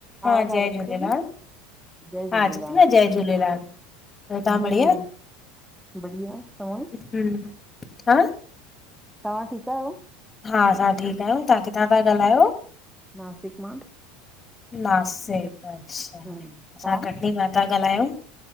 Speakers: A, on the left; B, in the centre.
A: हा!
B: आवाज़ आ
A: जय झूलेलाल
B: अचे थी? जय
A: हा
B: झूलेलाल।
A: अचे ति न आ जय झूलेलाल। ॿियो तव्हां
B: हम्म!
A: बढ़िया?
B: बढ़िया तंवा?
A: हम्म! हा
B: तां ठीकु अयो?
A: हा! असां ठीकु आहियूं। तां किथां था ॻाल्हायो?
B: नासिक मां।
A: नासिक अच्छा,
B: हम्म,
A: असां
B: तव्हां
A: कटनी मा था ॻाल्हायूं।